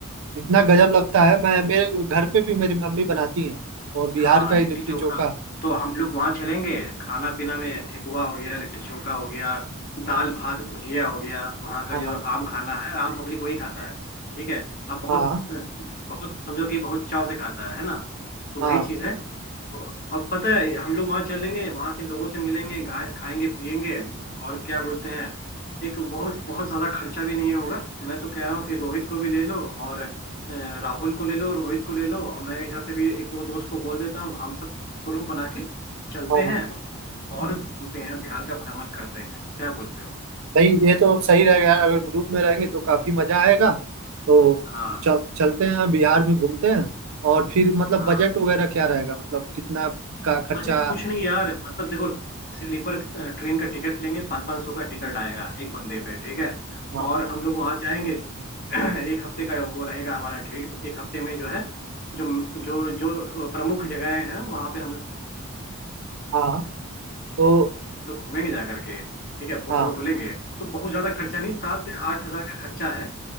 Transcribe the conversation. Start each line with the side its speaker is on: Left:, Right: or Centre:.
Right: इतना गजब लगता है मैं मेरे घर पे भी मेरी मम्मी बनाती हैं और बिहार
Left: हाँ
Right: का ही
Left: लिट्टी
Right: लिट्टी
Left: चोखा
Right: चोखा
Left: तो हम लोग वहाँ चलेंगे खाना पीना में ठेकुआ हो गया लिट्टी चोखा हो गया दाल भात भुजिया हो गया वहाँ का
Right: हाँ
Left: जो आम खाना है आम पब्लिक वही खाता है ठीक है अब बहुत
Right: हाँ
Left: बहुत समझो कि बहुत चाव से खाता है है ना तो
Right: हाँ
Left: वही चीज़ है अब पता है हम लोग वहां चलेंगे वहां के लोगों से मिलेंगे गा- खाएंगे पिएंगे और क्या बोलते हैं एक बहुत बहुत ज्यादा खर्चा भी नहीं होगा मैं तो कह रहा हूँ कि रोहित को भी ले लो और अ, राहुल को ले लो रोहित को ले लो और मैं इधर से भी एक दो दोस्त को बोल देता हूँ हम सब ग्रुप बना के चलते
Right: हाँ
Left: हैं और घूमते हैं बिहार का भ्रमण करते हैं क्या बोलते हो
Right: सही ये तो सही रहेगा यार अगर ग्रुप में रहेंगे तो काफी मजा आएगा तो
Left: हाँ
Right: चल चलते हैं बिहार में घूमते हैं और फिर मतलब
Left: हाँ
Right: बजट वगैरह क्या रहेगा मतलब कितना का खर्चा
Left: बजट कुछ नहीं यार मतलब देखो स्लीपर ट्रेन का टिकट लेंगे पाँच पाँच सौ का टिकट आएगा एक बंदे पे ठीक है
Right: हाँ
Left: और हम लोग वहां जाएंगे <clears throat> एक हफ्ते का वो रहेगा हमारा ट्रिप एक हफ्ते में जो है जो जो जो प्रमुख जगहें हैं वहाँ पे हम
Right: हाँ तो
Left: लोग घूमेंगे जा करके ठीक है फोटो
Right: हाँ
Left: वोटो लेंगे तो बहुत ज्यादा खर्चा नहीं सात से आठ हजार का खर्चा है